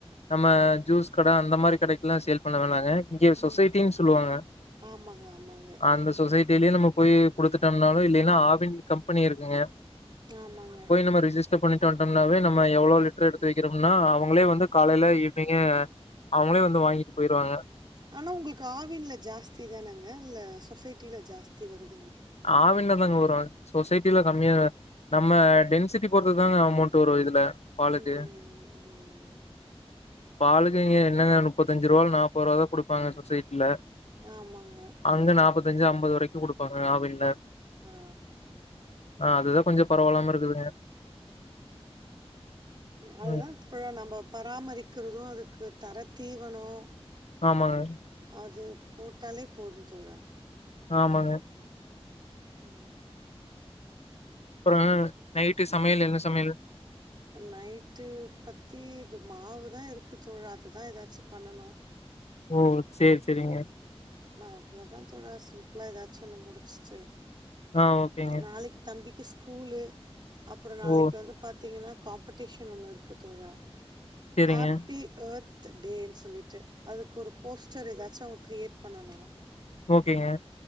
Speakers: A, on the left; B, on the right.
A: நம்ம ஜூஸ் கடை அந்த மாரி கடைக்குலா சேல் பண்ண வேணாங்க இங்க சொசைட்டின்னு
B: ம்
A: சொல்லுவாங்க
B: ஆமாங்க ஆமாங்க
A: அந்த சொசைட்டிலயே நம்ம போய் குடுத்துட்டோம்னாலு இல்லன்னா ஆவின் கம்பெனி இருக்குங்க
B: ஆமாங்க
A: ம்ம ரிஜிஸ்டர் பண்ணிட்டு வந்டோம்னாவே நம்ம எவ்வளோ லிட்டர் எடுத்து வக்கிறோம்னா அவங்களே வந்து காலையில ஈவினிங்கு அவங்களே வந்து வாங்கிட்டு போயிருவாங்க
B: ஆனா உங்களுக்கு ஆவின்ல ஜாஸ்தி தானங்க இல்ல சொசைட்டில ஜாஸ்தி வருது
A: ஆவின்ல தாங்க வரு சொசைட் டில கம்மியா நம்ம டென்சிட்டி பொருத்து தாங்க அமௌண்ட் வரு இதுல பாலுக்கு
B: ம் ம்
A: பாலுக்கு இங்க என்னங்க முப்பத்தஞ்சு திருவால் நாப்ப ருவாதா குடுப்பங்க சொசைட் ட்ல்ல
B: ஆமாங்க
A: அங்க நாபத் வஞ்சு ஐம்பது வரைக்கு குடுப்பாங்க ஆவின் இல்ல
B: ஆ.
A: ஆ அதுதா கொஞ்ச பரவாயில்லாம இருக்குதுங்க
B: அதுதா
A: ம்
B: பிழ நம்ம பராமரிக்கிறது அதுக்கு தரத்தீவனொ
A: ஆமாங்க
B: அது போட்டாலே போது தோழா
A: ஆமாங்க
B: உ
A: அப்பறோ நைட்டு சமையல் என்ன சமையல்
B: நைட்டு பத்தி இது மாவுதா இருக்கு தோழா அதுதா ஏதாச்சு பண்ணனு
A: ஓ செரி செரிங்க
B: நா அவ்ளோதா தோழா சிம்பிளா ஏதாச்சு ஒண்ணு முடிச்சிட்டு
A: ஆ ஓகேங்க
B: நாளைக்கு தம்பி கு ஸ்கூலு அப்பறோ நாளைக்கு
A: ஓ
B: வந்து பாத்தீங்கன்னா காம்ப்படிஷன் ஒன்னு இருக்கு தோழா
A: சேரிங்க
B: ஹாப்பி பே டேன்னு சொல்லிட்டு அதுக்கு ஒரு போஸ்டர் ஏதாச்சு கிரெயேட் பண்ணணு
A: ஓகேங்க